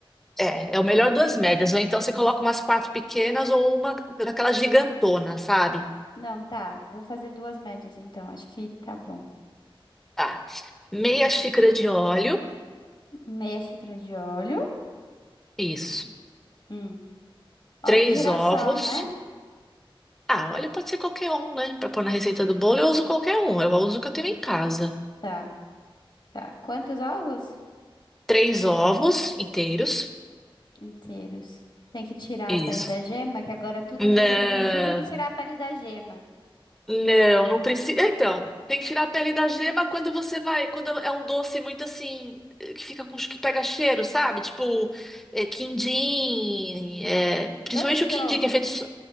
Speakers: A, in the centre; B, on the left.
A: é, é o melhor duas médias. Ou então você coloca umas quatro pequenas ou uma daquela gigantona, sabe?
B: Não, tá. Vou fazer duas médias então. Acho que tá bom.
A: Tá. Meia xícara de óleo,
B: Meia xícara de óleo.
A: isso.
B: Hum. Óleo
A: Três
B: de girassol,
A: ovos.
B: né?
A: Ah, óleo pode ser qualquer um, né? Para pôr na receita do bolo, eu uso qualquer um. Eu uso o que eu tenho em casa.
B: Tá, tá. Quantos ovos?
A: Três ovos inteiros.
B: Inteiros. Tem que tirar
A: Isso.
B: a pele da gema, que agora tudo
A: Não,
B: as receitas têm tudo que tirar a pele da gema.
A: não, não precisa. Então, tem que tirar a pele da gema quando você vai. Quando é um doce muito assim. eh, Que fica com. Que pega cheiro, sabe? Tipo, eh, quindim. eh, principalmente
B: Doce de
A: o quindim,
B: ovo.
A: que é feito. só-